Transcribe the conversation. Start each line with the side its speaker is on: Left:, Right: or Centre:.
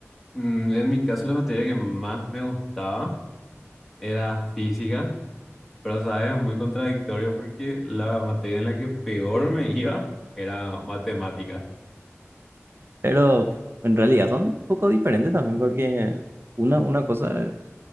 Centre: Mm, en mi caso, la materia que más me gustaba era física, pero sabes, es muy contradictorio porque la materia en la que peor me iba era matemática.
Right: Pero en realidad son un poco diferentes también porque... Una, una cosa